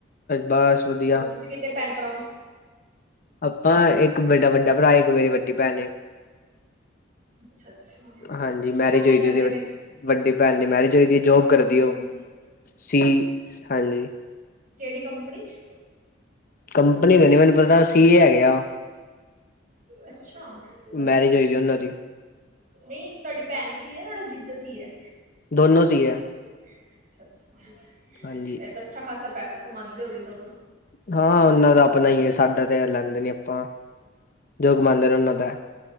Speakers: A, on the left; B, on the right.
A: ਬਸ ਵਧੀਆ
B: ਹੋਰ, ਤੁਸੀਂ ਕਿੰਨੇ ਭੈਣ-ਭਰਾ ਓ?
A: ਅਪਾਂ ਇੱਕ ਮੇਡਾ ਵੱਡਾ ਭਰਾ, ਇੱਕ ਮੇਰੀ ਵੱਡੀ ਭੈਣ ਏਂ।
B: ਅੱਛਾ ਅੱਛਾ
A: ਹਾਂਜੀ, ਮੈਰਿਜ
B: ਉਹ ਕੀ
A: ਹੋਈ
B: ਕਰਦੇ
A: ਦੀ ਓਹਦੀੱ
B: ਨੇ
A: ਵੱਡੀ ਭੈਣ ਦੀ ਮੈਰਿਜ ਹੋਈ ਦੀ ਏ। ਜੋਬ ਕਰ
B: ਹਮ
A: ਦੀ ਓ, ਸੀ ਹਾਂਜੀ।
B: ਕੇੜੀ ਕੰਪਨੀ 'ਚ?
A: ਕੰਪਨੀ ਤੇ ਨੀ ਮੈਨੂੰ ਪਤਾ, ਸੀ ਏ ਹੈਗੇ ਆ।
B: ਅੱਛਾ! ਵਧੀਆ।
A: ਮੈਰਿਜ ਹੋਈ ਦੀ ਉਹਨਾਂ ਦੀ
B: ਨਹੀਂ, ਤੁਆਡੀ ਭੈਣ ਸੀ ਏ, ਤੁਆਡਾ ਜੀਜਾ ਸੀ ਏ ਐ?
A: ਦੋਨੋ ਸੀ ਏ ਐ।
B: ਅੱਛਾ- ਅੱਛਾ।
A: ਹਾਂਜੀ
B: ਫੇਰ ਤਾਂ ਅੱਛਾ ਖਾਸਾ ਪੈਸਾ ਕਮਾੰਦੇ ਹੋ ਗੇ ਦੋਨੋ।
A: ਹਾਂ, ਓਨਾਂ ਦਾ ਅਪਣਾ ਹੀ ਏ ਸਾਡਾ ਤੇ ਲੈਂਦੇ ਨੀ ਅਪਾਂ। ਜੋ ਕਮਾਂਦੇ ਨੇ ਓਨਾਂ ਦਾ।